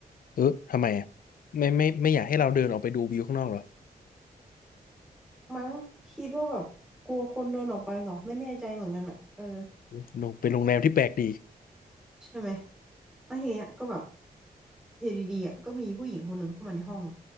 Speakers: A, on the left; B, in the centre.
A: เออทำไมอ่ะไม่ไม่ไม่อยากให้เราเดินออกไปดูวิวข้างนอกเหรอ
B: มั้งคิดว่าแบบกลัวคนเดินออกไปเหรอไม่แน่ใจเหมือนกันอ่ะเออ
A: อุ๊ยโรงเป็นโรงแรมที่แปลกดี
B: ใช่ไหมแล้วทีเนี้ยก็แบบอยู่ดีๆอ่ะก็มีผู้หญิงคนหนึ่งเข้ามาในห้อง